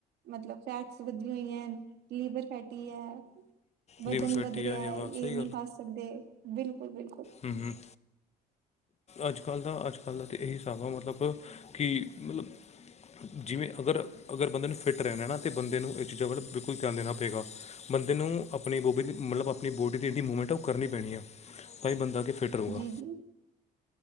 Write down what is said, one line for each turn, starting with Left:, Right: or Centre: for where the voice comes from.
Right: ਮਤਲਬ ਫੈਟ ਸ ਵਦੀਆ ਹੋਈਐ, ਲੀਵਰ ਫੈਟੀ ਐ ਵਜ਼ਨ
Left: ਲੀਵਰ ਫੈਟੀ
Right: ਵਦ
Left: ਆ
Right: ਰਿਆ
Left: ਇਹ ਵਾ
Right: ਐ
Left: ਸਹੀ
Right: ਏ ਨੀ ਖਾ ਸਕਦੇ ਬਿਲਕੁਲ-ਬਿਲਕੁਲ।
Left: ਹੂੰ-ਹੂੰ। ਅੱਜ-ਕੱਲ ਦਾ ਅੱਜ-ਕੱਲ ਦਾ ਤਾਂ ਏਹੀ ਸਾਬ ਐ ਮਤਲਬ ਕਿ ਮਤਲਬ ਜਿਵੇਂ ਅਗਰ-ਅਗਰ ਬੰਦੇ ਨੂੰ ਫਿੱਟ ਰੈਨਾ ਐ ਨਾ ਤਾਂ ਬੰਦੇ ਨੂੰ ਏ ਚੀਜ਼ਾਂ ਵੱਲ ਬਿਲਕੁਲ ਧਿਆਨ ਦੇਨਾ ਪੇਗਾ। ਬੰਦੇ ਨੂੰ ਆਪਨੀ ਬੋਬੀ ਦੀ ਮਤਲਬ ਆਪਨੀ ਬੋਡੀ ਦੀ ਜੇੜੀ ਮੂਮੈਂਟ ਐ ਓ ਕਰਨੀ ਪੈਨੀ ਐ ਭਾਈ ਬੰਦਾ ਕਿੱਥੇ ਫਿੱਟ ਰਊਗਾ।
Right: ਜੀ ਜੀ